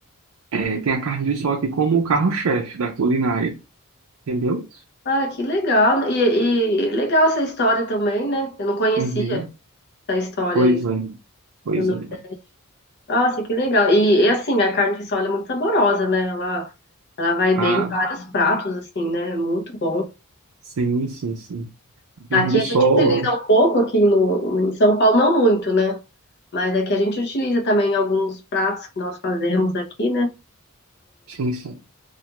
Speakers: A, on the right; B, on the left.
A: é, tem a carne de sol aqui como o carro-chefe da culinária, entendeu?
B: Ah, que legal. E, e legal essa história também, né? Eu não conhecia.
A: Uhum.
B: da história
A: Pois
B: aí
A: é, pois
B: do Nordeste.
A: é.
B: Nossa, que legal. E, e, assim, a carne de sol é muito saborosa, né? Ela, ela vai
A: Ah,
B: bem em vários pratos, assim, né? É muito bom.
A: sim, sim, sim. Carne
B: Aqui
A: de
B: a
A: sol,
B: gente utiliza um pouco, aqui no, em São Paulo não muito, né? Mas aqui a gente utiliza também alguns pratos que nós fazemos aqui, né?
A: sim, sim.